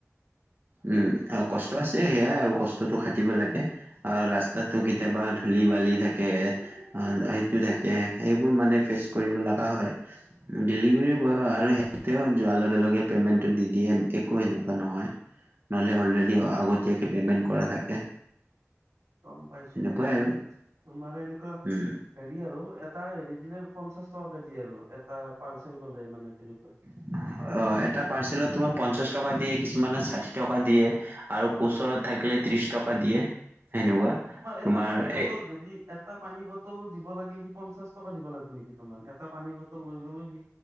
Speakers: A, on the right (about 45°); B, on the right (about 90°).
A: উম' আৰু কষ্ট আছে সেয়াই আৰু কষ্টতটো খাটিব লাগে, আৰু ৰাস্তাটো
B: হয়।
A: কেতিয়াবা ধূলি বালি থাকে, সেইটো থাকে সেইবোৰ মানে ফেচ কৰিব লগা হয়। ডেলিভাৰী বয় আৰু সেই যোৱাৰ লগে লগে পেমেণ্টটো দি দিয়ে একো এনেকুৱা নহয়। নহলে অলৰেডি
B: হয়,
A: আগতীয়াকে
B: হয়,
A: পেমেন্ট কৰা থাকে।
B: গম পাইছোঁ
A: সেনেকুৱাই
B: বাৰু এতিয়া,
A: আৰু
B: তোমাৰ এনকা
A: উম।
B: হেৰি আৰু এটা হেৰি দিলে পঞ্চাছ টকাকৈ দিয়ে আৰু, এটা পাৰ্চেল গ'লে মানে তেনেকুৱা।
A: অ', এটা পাৰ্চেলত তোমাৰ পঞ্চাশ টকা দিয়ে কিছ মানে ষাঠি টকা দিয়ে আৰু ওচৰত থাকিলে ত্ৰিশ টকা দিয়ে। সেনেকুৱা
B: এটা
A: তোমাৰ
B: পানী বটল
A: এ
B: যদি এটা পানী বটলো দিব লাগে, সি পঞ্চাশ টকা দিব লাগিব নেকি তোমাক এটা পানী বটল লৈ গ'লো সি